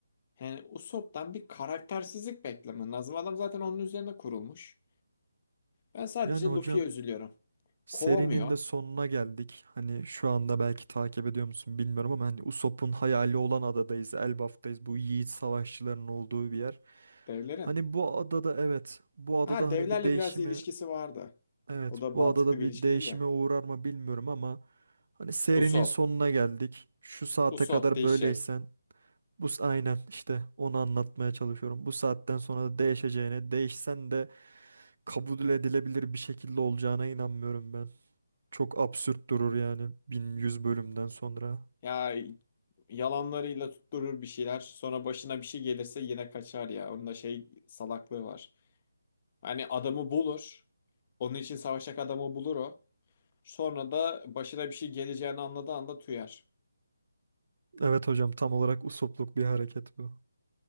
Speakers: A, on the left; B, on the right.
A: Yani Usopp'tan bir karaktersizlik beklemen lazım. Adam zaten onun üzerine kurulmuş. Ben sadece
B: Yani hocam
A: Luffy'ye üzülüyorum.
B: serinin
A: Kovamıyor
B: de sonuna geldik. Hani şu anda belki takip ediyor musun bilmiyorum ama hani Usopp'un hayali olan adadayız. Elbaf'tayız. Bu yiğit savaşçıların olduğu bir yer.
A: devlerin.
B: Hani bu adada evet bu adada
A: Ha devlerle
B: hani bir değişimi
A: biraz ilişkisi vardı.
B: Evet,
A: O da mantıklı
B: bu adada
A: bir
B: bir
A: ilişki
B: değişime
A: değil ya.
B: uğrar mı bilmiyorum ama hani serinin
A: Usopp.
B: sonuna geldik. Şu saate
A: Usopp
B: kadar
A: değişecek.
B: böyleysen bu s- aynen işte onu anlatmaya çalışıyorum. Bu saatten sonra da değişeceğine, değişsen de kabul edilebilir bir şekilde olacağına inanmıyorum ben. Çok absürt durur yani 1100 bölümden sonra.
A: Ya yalanlarıyla tutturur bir şeyler. Sonra başına bir şey gelirse yine kaçar ya. Onun da şey salaklığı var. Hani adamı bulur. Onun için savaşacak adamı bulur o. Sonra da başına bir şey geleceğini anladığı anda tüyer.
B: Evet hocam tam olarak usopluk bir hareket bu.